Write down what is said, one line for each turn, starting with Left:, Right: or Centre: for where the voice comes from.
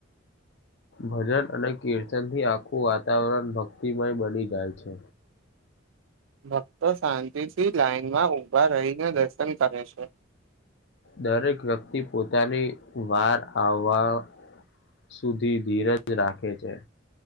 Left: ભજન અને કીર્તનથી આખું વાતાવરણ ભક્તિમય બની જાય છે.
Right: ભક્તો શાંતિથી લાાઈનમાં ઊભા રહીને દર્શન કરે છે.
Left: દરેક વ્યક્તિ પોતાની વાર આવવા સુધી ધીરજ રાખે છે.